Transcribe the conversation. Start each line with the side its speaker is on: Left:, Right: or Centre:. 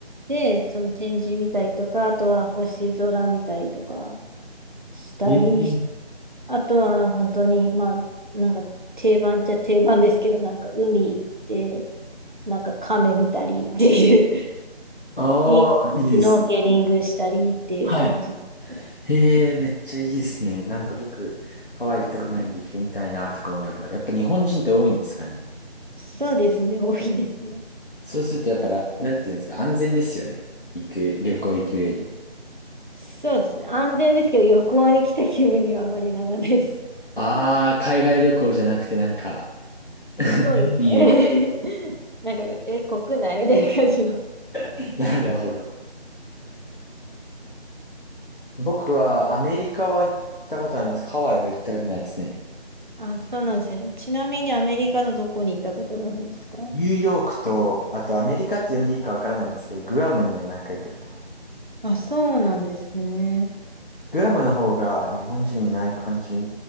Right: て、その展示見たりとか、あとは星空見たりとか。したり、
Left: えー、
Right: あとは本当に、まあ、なんか定番っちゃ定番ですけど、なんか海行って、なんか亀見たりっていう、<laughs>
Left: ああ、
Right: リシュノーケリングしたりっていう感じですね。
Left: いいです。はい。へえ、めっちゃいいですね。なんか僕、ハワイ行ったことないんで行ってみたいなとか思いながら。やっぱ日本人って多いんですかね。
Right: そうですね、多いですね。
Left: そうするとやっぱら、なんていうんですか、安全ですよね。行く、旅行行く上で。
Right: そうですね、安全ですけど、旅行に来た気分にはあまりならないです。
Left: ああ、海外旅行じゃなくてなんか、
Right: そうですね。
Left: 日本にいる感
Right: <laughs> なんか、え、国内みたいな感じの。
Left: じ <laughs> な。なるほど。僕はアメリカは行ったことあるんですけど、ハワイは行ったことないですね。
Right: あ、そうなんですね。ちなみにアメリカのどこに行ったことがあるんですか
Left: ニューヨークと、あとアメリカって呼んでいいかわからないんですけど、グアムには何回か行ってます。
Right: あ、そうなんですね。
Left: グアムの方が日本人いない感じ